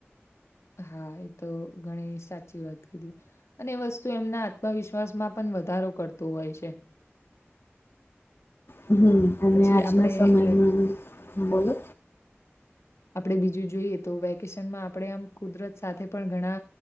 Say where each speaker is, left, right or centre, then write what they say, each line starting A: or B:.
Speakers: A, on the left; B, on the left.
A: હા એ તો ઘણી સાચી વાત કરી. અને એ વસ્તુ એમના આત્મવિશ્વાસમાં પણ વધારો કરતો હોય છે.
B: હમ્મ અને
A: પછી
B: આજના
A: આપણે
B: સમયમાં બોલો
A: આપણે બીજું જોઈએ તો વેકેશનમાં આપણે આમ કુદરત સાથે પણ ઘણા